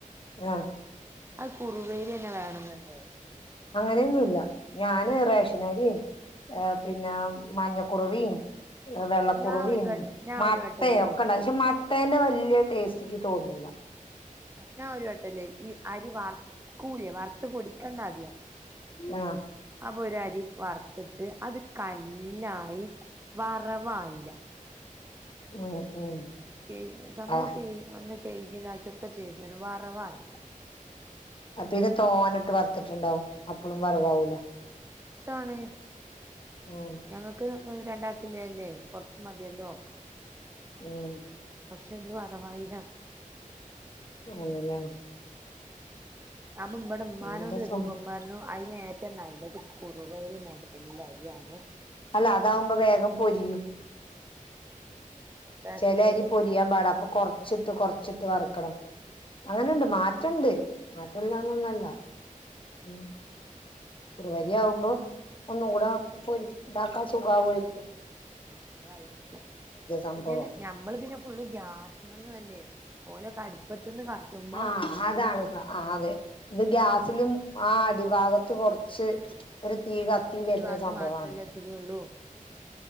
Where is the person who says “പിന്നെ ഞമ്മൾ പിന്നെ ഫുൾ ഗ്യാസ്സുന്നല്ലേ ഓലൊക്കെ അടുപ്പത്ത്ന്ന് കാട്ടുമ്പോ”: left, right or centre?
Right